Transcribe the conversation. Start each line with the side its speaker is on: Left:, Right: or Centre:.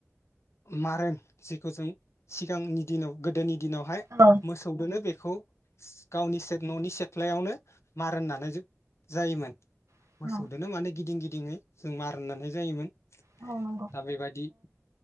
Left: मारोन जिखौ जों सिगांनि दिनाव गोदोनि दिनावहाय
Right: औ औ
Left: मोसौदोनो बे खौ गावनि सेथ ननि सेथ्लायावनो मारोन नानायजो जायोमोन।
Right: औ नंगौ
Left: मोसौदोनो
Right: ओ औ
Left: माने गिदिं गि दिङै जोङो जों मारोननानै जायोमोन।
Right: ओ
Left: दा बे बादि